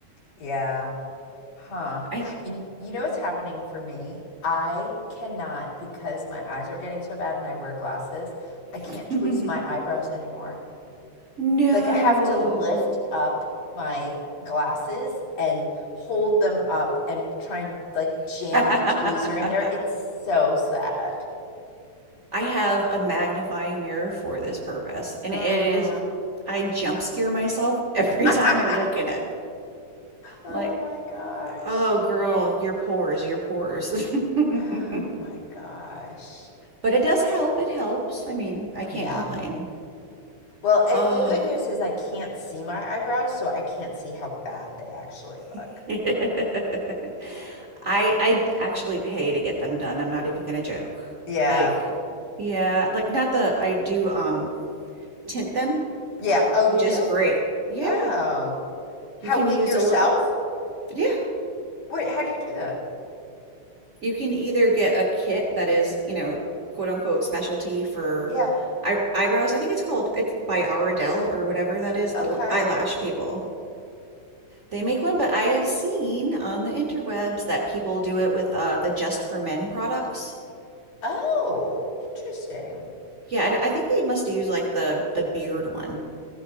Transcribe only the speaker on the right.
I
<laughs>
no.
<laughs> I
have a magnifying mirror for this purpose, and
it is I jump scare myself <laughs> every
time I look in it.
Like,
Oh, girl, your pores, your pores. <laughs>
But it does help. It helps. I mean, I can't
complain.
Oh.
<laughs> I I actually pay to get them done. I'm not even gonna joke.
Like, yeah, like not the I do um tint them,
which
is great. Yeah,
you can
use
a little. Yeah,
You can either get a kit that is, you know, quote unquote specialty for
eye eyebrows. I think it's called it's by Ardell or whatever that is,
the eyelash people. They make one, but I have seen on the interwebs that people do it with uh, the Just for Men products.
Yeah, I I think they must use like the the beard one,